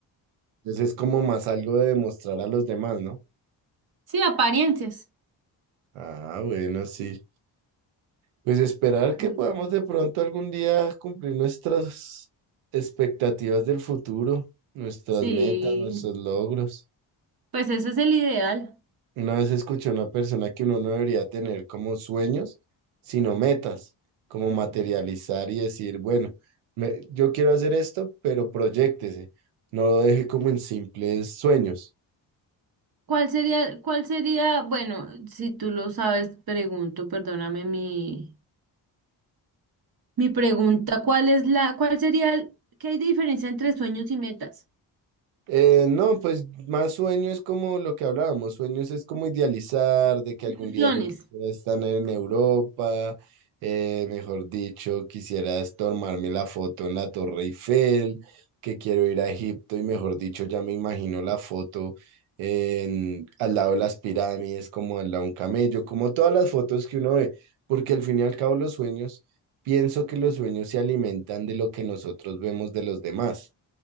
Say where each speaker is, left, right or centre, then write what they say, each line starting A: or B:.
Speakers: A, on the right; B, on the right.
A: Entonces es como más algo de demostrar a los demás, ¿no?
B: Sí, apariencias.
A: Ah, bueno, sí. Pues esperar que
B: Sí.
A: podamos de pronto algún día cumplir nuestras expectativas del futuro, nuestras
B: Sí,
A: metas, nuestros logros.
B: pues ese es el ideal.
A: Una vez escuché a una persona que uno no debería tener como sueños, sino metas, como materializar y decir, bueno, me- yo quiero hacer esto, pero proyéctese, no lo deje como en simples sueños.
B: ¿Cuál sería, cuál sería, bueno, si tú lo sabes, pregunto, perdóname mi, mi pregunta, ¿cuál es la, cuál sería, el- qué hay de diferencia entre sueños y metas?
A: Eh, no, pues más sueño es como lo que hablábamos, sueños es como idealizar de que
B: Ilusiones.
A: algún día yo quisiera estar en Europa, eh, mejor dicho, quisiera es tomarme la foto en la Torre Eiffel, que quiero ir a Egipto y mejor dicho, ya me imagino la foto en, al lado de las pirámides, como al lado de un camello, como todas las fotos que uno ve, porque al fin y al cabo los sueños, pienso que los sueños se alimentan de lo que nosotros vemos de los demás